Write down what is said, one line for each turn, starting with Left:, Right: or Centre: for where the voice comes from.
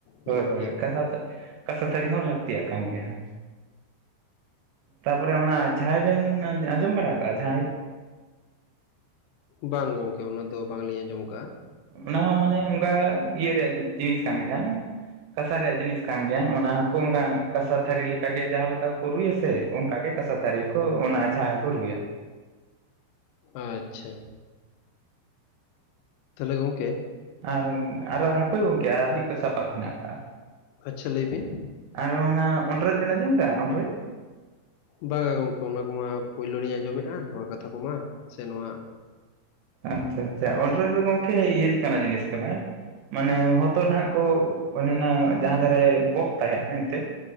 Left: ᱢᱮᱱᱟᱜ
Right: ᱦᱳᱭ ᱦᱳᱭ
Left: ᱜᱮᱭᱟ
Right: ᱠᱟᱥᱟ ᱛᱟ ᱠᱟᱥᱟ ᱛᱷᱟᱹᱨᱤ ᱦᱚᱸ ᱞᱟᱹᱠᱛᱤᱭᱟᱜ ᱠᱟᱱ ᱜᱮᱭᱟ᱾ ᱛᱟᱯᱚᱨᱮ ᱚᱱᱟ ᱡᱷᱟᱭ ᱵᱮᱱ ᱟᱸᱡᱽ ᱟᱸᱡᱚᱢ ᱵᱟᱲᱟ ᱠᱟᱜᱼᱟ ᱡᱷᱟᱸᱭ?
Left: ᱵᱟᱝ ᱜᱚᱝᱠᱮ ᱚᱱᱟ ᱫᱚ ᱵᱟᱝ ᱞᱤᱧ ᱟᱸᱡᱚᱢ ᱠᱟᱜᱼᱟ᱾
Right: ᱚᱱᱟ ᱦᱚᱸ ᱢᱟᱱᱮ ᱚᱝᱠᱟ ᱤᱭᱟᱹ ᱨᱮᱭᱟᱜ ᱡᱤᱱᱤᱥ ᱠᱟᱱ ᱜᱮᱭᱟ᱾ ᱠᱟᱥᱟ ᱨᱮᱭᱟᱜ ᱡᱤᱱᱤᱥ ᱠᱟᱱ ᱜᱮᱭᱟ ᱚᱱᱟ ᱦᱚᱸᱠᱚ ᱚᱝᱠᱟ ᱠᱟᱥᱟ ᱛᱷᱟᱹᱨᱤ ᱞᱮᱠᱟ ᱜᱮ ᱡᱟᱦᱟᱸ ᱞᱮᱠᱟ ᱠᱚ ᱨᱩᱭᱟᱥᱮ ᱚᱝᱠᱟ ᱜᱮ ᱠᱟᱥᱟᱼᱼ ᱛᱟᱨᱤ ᱠᱚ ᱚᱱᱟ ᱡᱷᱟᱸ ᱦᱚᱸ ᱠᱚ ᱨᱩᱭᱟ᱾
Left: ᱟᱪᱪᱷᱟ᱾ ᱛᱟᱦᱚᱞᱮ ᱜᱚᱝᱠᱮ
Right: ᱟᱨ ᱟᱨᱚ ᱦᱟᱯᱳᱭ ᱜᱚᱝᱠᱮ ᱟᱹᱰᱤ ᱠᱚᱡ ᱥᱟᱯᱟᱵ ᱦᱮᱱᱟᱜ ᱟᱠᱟᱜᱼᱟ᱾
Left: ᱟᱪᱪᱷᱟ ᱞᱟᱹᱭ ᱵᱤᱱ᱾
Right: ᱟᱨ ᱚᱱᱟ ᱚᱱᱴᱨᱚᱡ ᱵᱮᱱ ᱟᱸᱡᱚᱢ ᱠᱟᱜ-ᱟ ᱚᱱᱴᱚᱨᱚᱡ᱾
Left: ᱵᱟᱝᱟ ᱜᱚᱢᱠᱮ ᱚᱱᱟ ᱠᱚᱢᱟ ᱯᱳᱭᱞᱳ ᱞᱤᱧ ᱟᱸᱡᱚᱢᱮᱜ-ᱟ ᱱᱚᱣᱟ ᱠᱟᱛᱷᱟ ᱠᱚᱢᱟ ᱥᱮ ᱱᱚᱣᱟ
Right: ᱟᱪᱪᱷᱟ ᱟᱪᱪᱷᱟ ᱚᱸᱰᱨᱚᱡ ᱫᱚ ᱜᱚᱝᱠᱮ ᱤᱭᱟᱹ ᱞᱮᱠᱟᱱᱟᱜ ᱡᱤᱱᱤᱥ ᱠᱟᱱᱟ᱾ ᱢᱟᱱᱮ ᱦᱚᱛᱚ ᱱᱷᱟᱜ ᱠᱚ ᱚᱱᱮ ᱱᱟ ᱡᱟᱸᱦᱟ ᱫᱷᱟᱨᱮ ᱵᱚᱠ ᱛᱟᱦᱮᱱᱟ ᱮᱱᱛᱮ